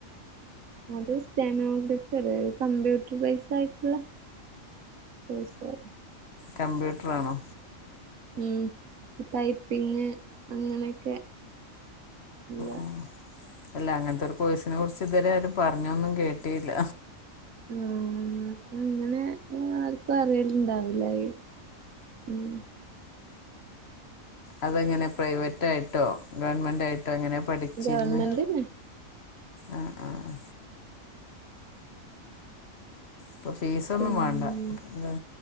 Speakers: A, on the right; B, on the left.
A: അത് സ്റ്റാനോഗ്രഫി അറിയ്യോ കമ്പ്യൂട്ടർ ബൈസ് ആയിട്ടുള്ള കൊയ്സ്
B: കമ്പ്യൂട്ടറാണോ?
A: ഉം ടൈപ്പിങ് അങ്ങനെയൊക്കെ ഉള്ള
B: ഉം അല്ല അങ്ങനത്തെ ഒരു പോയ്സിനെ കുറിച്ച് ഇതുവരെ ആരും പറഞ്ഞൊന്നും കേട്ടിയില്ല
A: ആ അപ്പ ങ്ങനെ ഇങ്ങ അറിയലുണ്ടാവില്ല ലെ ഉം
B: അതെങ്ങനെ പ്രൈവറ്റ് ആയിട്ടോ ഗവൺമെന്റ് ആയിട്ടോ എങ്ങനെ പഠിച്ചിരുന്ന?
A: ഗവൺമെന്റ്ന്നെ
B: ആഹ് ആഹ് പ്പൊ ഫീസ ഒന്നും
A: പിന്നെ
B: മാണ്ട ലെ